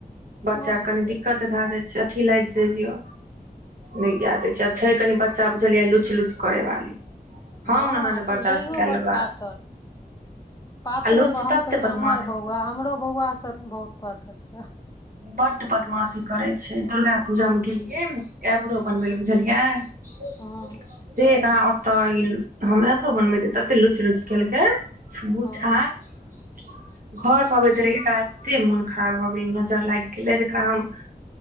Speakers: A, on the right (about 60°); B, on the left (about 25°).
A: बच्चा
B: हूँ
A: कनि दिक्कत भए जाइ छै अथी लाइग जाय यै नै जा दै छै आ छै कनि बच्चा बुझलिय लुच लुच करे वाली
B: हाँ
A: हम अहाँ
B: अंचु
A: ने बर्दाश्त
B: यैहो
A: कए
B: बड़
A: लेबै
B: पातर पातरो
A: आ लुच
B: ब हम
A: तते
B: कहै
A: बदमाश
B: छी हमर बौआ हमरो बौआसँ बहुत पातर छ
A: बड बदमाशी करै छै दुर्गा पूजामे गेलियै न एब्रो बनबै लऽ बुझलियै <inaudible>
B: हँ
A: से एकरा ओत हम एब्रो बनबेै तते लुच लुच केलकै छु
B: हँ
A: छा <inaudible> घर पर अबैत देरी एकरा एते मोन खराब भऽ गेल न जे नज़र लाइग गेलय जेकरा हम